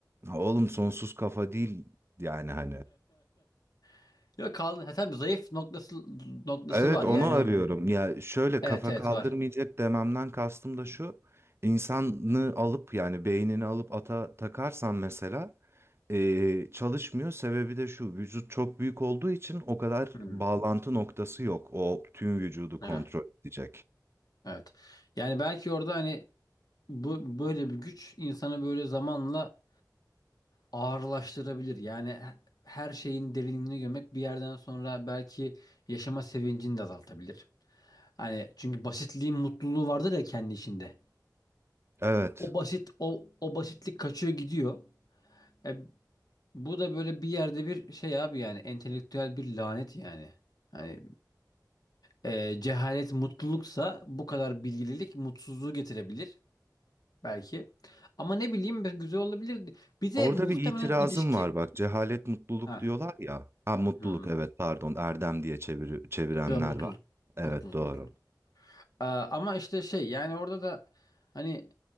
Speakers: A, on the right; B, on the left.
A: Ha, oğlum sonsuz kafa değil yani hani.
B: <laughs> Yok kaldı. Ha, tabii zayıf noktası noktası
A: Evet
B: var.
A: onu
B: Yani
A: arıyorum. Ya şöyle
B: evet
A: kafa
B: evet
A: kaldırmayacak
B: var.
A: dememden kastım da şu. insanı alıp yani beynini alıp ata takarsan mesela eee, çalışmıyor. Sebebi de şu vücut çok büyük olduğu için o kadar
B: Hmm,
A: bağlantı noktası yok. O tüm vücudu kontrol
B: evet,
A: edecek.
B: evet. Yani belki orada hani bu böyle bir güç insanı böyle zamanla ağırlaştırabilir. Yani he- her şeyin derinliğine gömek bir yerden sonra belki yaşama sevincini de azaltabilir. Hani çünkü basitliğin mutluluğu vardır ya kendi içinde.
A: Evet.
B: O basit o o basitlik kaçıyor gidiyor. E, bu da böyle bir yerde bir şey abi yani entelektüel bir lanet yani. Hani e, cehalet mutluluksa bu kadar bilgililik mutsuzluğu getirebilir belki. Ama ne bileyim bir- güzel olabilir. Bir de
A: Orada
B: muhtemelen
A: bir itirazım
B: ilişki
A: var bak. Cehalet mutluluk
B: ha
A: diyorlar ya. Ha mutluluk
B: hmm.
A: evet pardon erdem diye çeviri- çevirenler
B: Ya mutluluk
A: var. Evet
B: mutluluk
A: doğru.
B: mutluluk. Ee, ama işte şey yani orada da hani